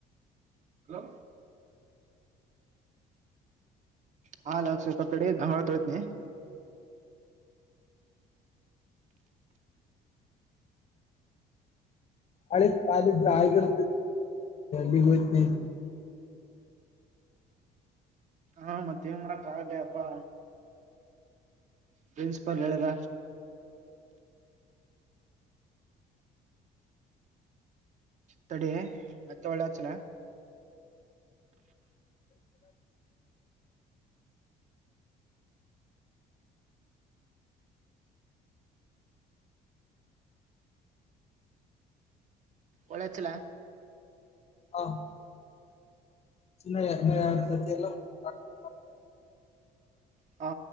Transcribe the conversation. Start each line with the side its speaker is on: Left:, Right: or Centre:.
Right: ಹಲೋ ಹಾ ಲಕ್ಷ <inaudible> ತ ತಡೆ ಗಂಗಾಳ ತೊಳತ್ನೀ
Left: ಅಳ ಕಾಲ ಜಾಯಗರ ಲಿಗಯ ನ <unintelligible>
Right: ಹಾ ಮತ್ತೆ ನ್ ಮಾಡಕ್ ಆಗಲ್ಲೆ ಅಪ್ಪಾ ಪ್ರಿನ್ಸಿಪಲ್ ಹೇಳದ ತಡೆ ಮತ್ತೆ ಒಳ್ಳೆಚ್ಚಲ ಒಳಚ್ಚಲ
Left: ಹಾ ಸನ್ನ ಎಲ್ಲ <unintelligible>
Right: ಆ